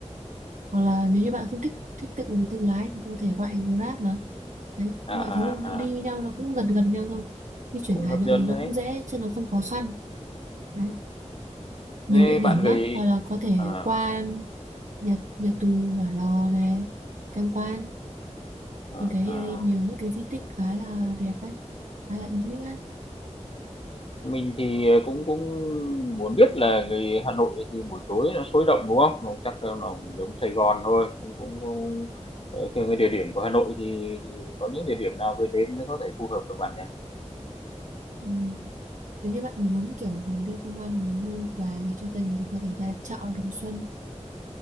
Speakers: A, on the right (about 85°); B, on the left (about 50°).
A: hoặc là nếu như bạn không thích thích tự tự lái thì có thể gọi Grab mà đấy
B: À,
A: mọi
B: à,
A: thứ nó đi
B: à,
A: với nhau nó cũng gần gần nhau thôi di chuyển
B: cũng
A: Hà
B: hấp
A: Nội
B: dẫn
A: thì nó
B: đấy.
A: cũng dễ chứ nó không khó khăn đấy nhiều
B: Thế
A: địa điểm
B: bạn gửi
A: lắm hoặc là có thể
B: à,
A: qua nhật nhật tù Hỏa Lò này tham quan
B: à,
A: mình thấy
B: à.
A: ở đây nhiều những cái di tích khá là đẹp đấy khá là ý nghĩa
B: Mình thì, ờ, cũng cũng muốn biết là vì Hà Nội thì buổi tối nó sôi động, đúng không? Nó chắc là nó giống Sài Gòn thôi, cũng cũng cũng ờ, theo cái địa điểm của Hà Nội thì thì có những địa điểm nào vừa đến mới có thể phù hợp được bạn nhỉ?
A: ừ. Nếu như bạn muốn kiểu mình đi tham quan mình mua quà về cho gia đình thì có thể ra chợ Đồng Xuân